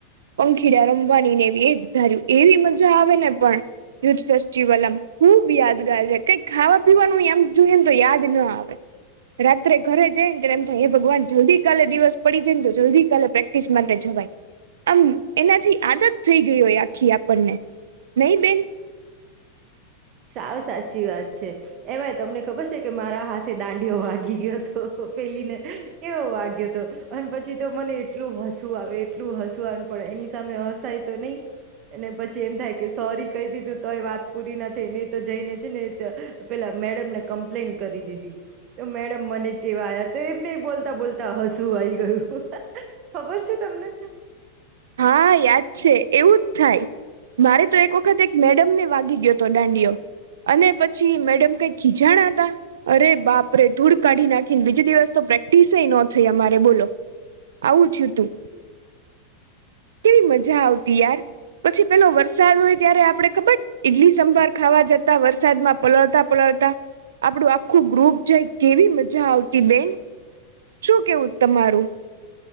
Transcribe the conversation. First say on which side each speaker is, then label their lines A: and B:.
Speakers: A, on the right; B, on the right.
A: પંખીડા રમવાની ને એવી એક ધાર્યું એવી મજા આવે ને પણ યુથ ફેસ્ટિવલ આમ ખુબ યાદગાર છે કઈ ખાવા પીવાનું એમ જોઈએને તો યાદ ના આવે રાત્રે ઘરે જાય ને ત એમ થાય એ ભગવાન જલ્દી કાલે દિવસ પડી જાય ને તો જલ્દી કાલે પ્રેક્ટિસ માટે જ ભાઈ આમ એનાથી આદત થઈ ગયહોય આખી આપણને નહી બેન
B: સાવ સાચી વાત છે એમાંય તમને ખબર છે કે મારા હાથે દાંડીિયો માગી ગયો હતો. તો પેલીને કેવો વાગ્યો તો અને પછી તો મને એટલું હસું આવે એટલું હસું આન પ એની સામે હસાય તો નહી અને પછી એમ થાય કે સોરી કહી દીધું તો એ વાત પૂરી ના તેને તો જઈને છે ને ત પેલા મેડમને કમ્પ્લેન કરી દીધી તો મેડમ મને કે આયાતા એમને બોલતા બોલતા હસું આઈ ગયું, ખબર છે તમને?
A: હા યાદ છે એવું જ થાય મારે તો એક વખત એક મેડમને વાગી ગયો હતો દાંડીયો અને પછી મેડમ કઈ ખીચાણાતા અરે બાપરે ધૂળ કાઢી નાખીન બીજે દિવસ તો પ્રેક્ટિસય નો થઈ અમારે બોલો આવું થયું તું કેવી મજા આવતી યાર પછી પેલો વરસાદ હોય ત્યારે આપડે ખબર ઈડલી સંભર ખાવા જતા વરસાદમાં પલળતા પલળતા આપડું આખું ગ્રુપ જાય કેવી મજા આવતી બેન શું કેવું તમારું?